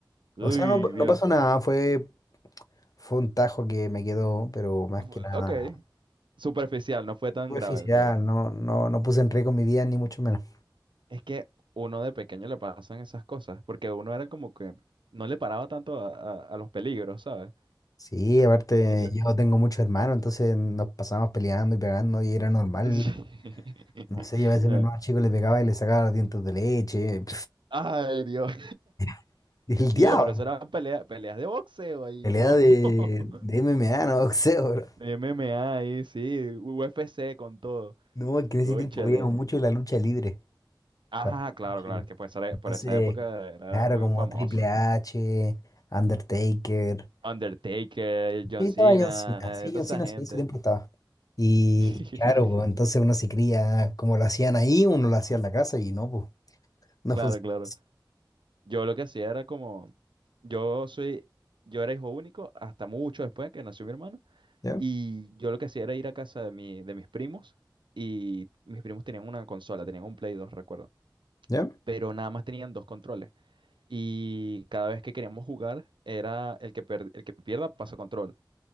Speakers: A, on the right; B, on the left.
A: uy,
B: O sea, no,
A: Dios.
B: no pasó nada, fue, fue un tajo que me quedó, pero más
A: Fu-
B: que nada
A: Ok. Superficial, no fue tan
B: superficial,
A: grave, ok.
B: no, no, no puse en riesgo mi vida ni mucho menos.
A: Es que uno de pequeño le pasan esas cosas, porque uno era como que no le paraba tanto a, a- a los peligros, ¿sabes?
B: Sí, aparte
A: Porque yo...
B: yo tengo muchos hermanos, entonces nos pasábamos peleando y pegando y era normal.
A: <laughs>
B: No sé, yo a veces
A: No.
B: mi hermano chico le pegaba y le sacaba los dientes de leche.
A: Ay, Dios.
B: <laughs> El diablo.
A: Y yo, pero eso eran pelea- peleas de boxeo ahí,
B: Pelea
A: no.
B: de,
A: <laughs>
B: de MMA, no <laughs> boxeo, bro.
A: MMA ahí, sí, UFC con todo.
B: No, es que
A: Cónchale.
B: en ese tiempo veíamos mucho la lucha libre.
A: Ah,
B: cuando éramos
A: claro,
B: chicos.
A: claro, es que por esa,
B: Entonces,
A: por esa época era
B: claro,
A: muy
B: como
A: famoso
B: Triple H, Undertaker.
A: Undertaker, John
B: Sí, estaba
A: Cena,
B: John Cena.
A: eh,
B: Sí,
A: toda
B: John
A: esa
B: Cena
A: gente.
B: sí, en ese tiempo estaba. Y
A: <laughs>
B: claro, pues, entonces uno se cría como lo hacían ahí, uno lo hacía en la casa y no, pues. No
A: Claro,
B: funciona.
A: claro.
B: así.
A: Yo lo que hacía era como, yo soy, yo era hijo único hasta mucho después que nació mi hermana
B: ¿Ya?
A: y yo lo que hacía era ir a casa de mi, de mis primos y mis primos tenían una consola, tenían un Play 2 recuerdo,
B: ¿Ya?
A: pero nada más tenían dos controles y cada vez que queríamos jugar era el que, per- el que pierda pasa control